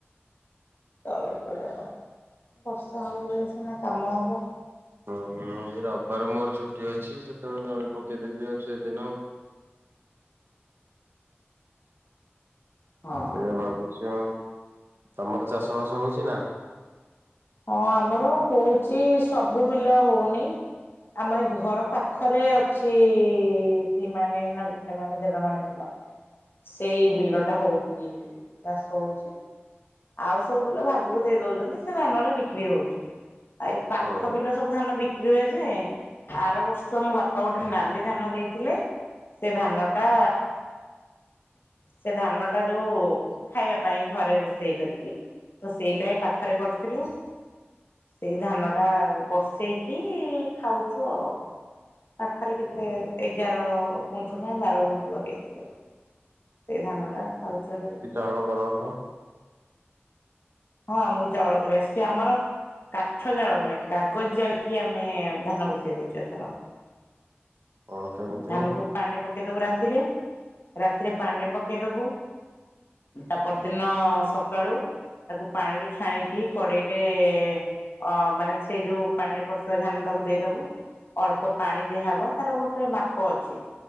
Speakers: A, on the left; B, on the right.
A: ତଳିପଡିବ ବର୍ଷା ହେଲେ ସିନା କାମ ହବ।
B: ହୁଁ ଏଇ ରବିବାର ମୋର ଛୁଟି ଅଛି ସେତେବେଳେ ତଳି ପକେଇଦେବି ଆଉ ସେଇଦିନ ଆଉ।
A: ହଁ
B: ସେଇଆ ଭାବିଛି ଆଉ ତମର ଚାଷ ବାସ ହଉଛି ନା।
A: ହଁ ଆମର ହଉଛି ସବୁ ବିଲ ହଉନି। ଆମ ଏଇ ଘର ପାଖରେ ଅଛି ଦି ମାଣେ ନା ଗୋଟେ ମାଣ ଦେଢ ମାଣେ ବିଲ। ସେଇ ବିଲଟା ହଉଛି ଚାଷ ହଉଛି। ଆଉ ସବୁ ବିଲ ଭାଗକୁ ଦେଇ ଦଉଛନ୍ତି ସେ ଧାନରେ ବିକ୍ରି ହଉଛି ଆଉ ଏଇ ପାଖ
B: ହଁ
A: ବିଲ। ସବୁ ଧାନ ବିକ୍ରି ହୁଏ ଯେ ଆର ବର୍ଷ ମୋ ବାପା ଗୋଟେ ନାଲି ଧାନ ଦେଇଥିଲେ। ସେ ଧାନଟା ସେ ଧାନ ଟା ଯୋଉ ଖାଇବା ପାଇଁ ଘରେ ରୋଷେଇ ସେଇ କରିକି ତ ସେଇଟା ପାଖରେ କରିଥିଲୁ। ସେଇ ଧାନ ଟା ବସେଇକି ଖାଉଛୁ ଆଉ। ପାଖରେ କେତେ
B: ହଁ
A: ଏଗାର ଗୁଣ୍ଠୁ ନା ବାର ଗୁଣ୍ଠୁ ଲଗେଇଥିଲେ। ସେଇ ଧାନ ଟା ଖାଉଛ। <inaudible>
B: କଣ କରନ୍ତ।
A: ହଁ ଆମକୁ ଚାଉଳ କରି ଆସିଛି ଆମର। କାଠ ଜାଳ ନେଁ କାଗଜ ଜାଳ କି ଆମେ ଧାନ ବସେଇ ଦେଇଛୁ ଏଥର।
B: କଣ କେମିତି
A: ଧାନ
B: ହୁଁ
A: କୁ ପାଣିରେ ପକେଇଦବୁ ରାତିରେ ରାତିରେ ପାଣିରେ ପକେଇ ଦବୁ। ତା ପରଦିନ ସକାଳୁ। ତାକୁ ପାଣିରୁ ଛାଣିକି କଡେଇରେ। ଅ ମାନେ ସେଇ ଯୋଉ ପାଣିରେ ପଡିଥିବା ଧାନ ଟାକୁ ଦେଇଦବୁ। ଅଳ୍ପ ପାଣି ଦିଆହବ ତାର ଗୋଟେ ମାପ ଅଛି।